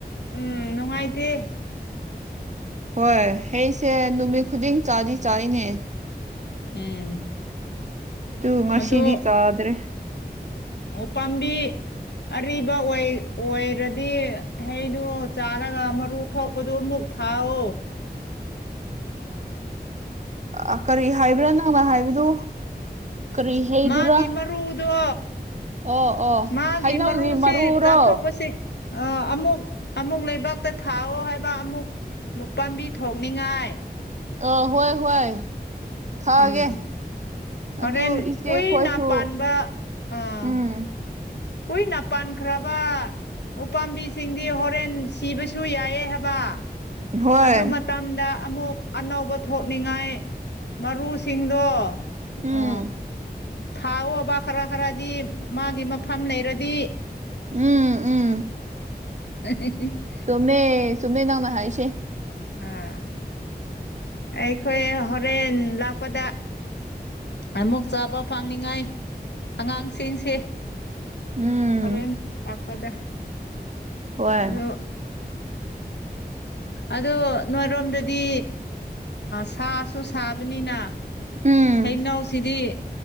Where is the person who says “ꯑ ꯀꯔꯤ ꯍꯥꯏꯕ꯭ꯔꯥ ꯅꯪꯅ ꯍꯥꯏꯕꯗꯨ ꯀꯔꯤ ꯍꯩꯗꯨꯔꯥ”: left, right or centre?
Right